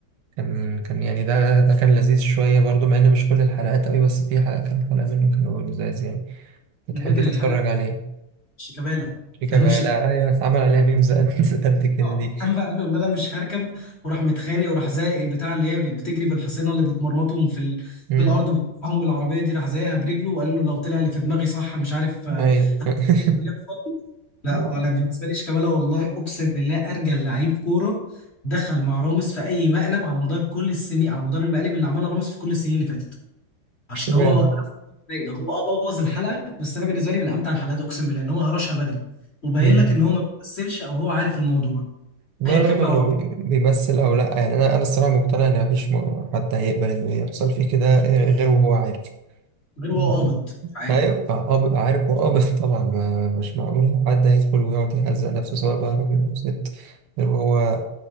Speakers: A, on the right; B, on the left.
A: كان كان يعني ده ده كان لذيذ شوية برضو مع ان مش كل الحلقات قوي بس في حلقة كان حلقة منه كانوا لذاذ يعني بتحب
B: انا فاكر
A: تتفرج
B: الحلقه
A: عليه
B: شيكابالا
A: شيكا
B: لما
A: بقى ايوه اتعمل عليها ميمز قد <laughs> قد كده
B: آه.
A: دي
B: <laughs> لما قال له ان انا مش هركب وراح متخانق وراح زايق البتاع اللي هي بتجري بالحصينه اللي بتمرمطهم في ال...
A: مم.
B: في الارض بتقطعهم العربيه دي راح زايقها برجله وقال له لو طلع اللي في دماغي صح مش عارف آه،
A: ايوه
B: <laughs> ايه اللي بيحصل لا
A: <laughs>
B: ولا بالنسبه لي شيكابالا والله اقسم بالله ارجل لعيب كوره دخل مع راموس في اي مقلب على مدار كل السنين على مدار المقالب اللي عملها راموس في كل السنين اللي فاتت عشان
A: اشمعنى
B: هو وقف هو اه بوظ الحلقه بس انا بالنسبه لي من امتع الحلقات اقسم بالله ان هو هرشها بدري وباين
A: مم.
B: لك ان هو ما بيمثلش او هو عارف الموضوع
A: والله
B: ايا
A: رغم
B: كان بقى
A: انه بي- بيمثل او لا يعني انا انا الصراحه مقتنع ان مفيش م- حد هيقبل انه يحصل فيه كده غير وهو عارف
B: غير
A: يعني
B: هو قابض مش عارف
A: هيبقى قابض عارف وقابض <laughs> طبعا ما مش معقول حد هيدخل ويقعد يهزق نفسه سواء بقى راجل او ست غير وهو